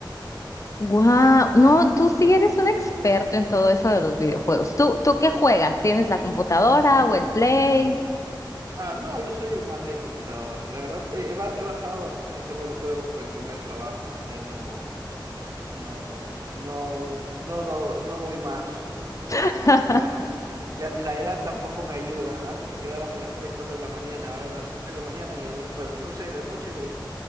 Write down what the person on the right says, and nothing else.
Ah, no, yo soy más de computadoras. La verdad, eh, he, ba- he bajado bastante en el tema de los juegos por el tema del trabajo. Ya no, No, no, no, do- no doy más, ¿no? Con
el tema del trabajo. Ya, la edad tampoco me ayuda. Antes me quedaba hasta las 3 4 de la mañana, ahora a las 11 de la mañana me duermo, bueno, a las 11 de la noche me,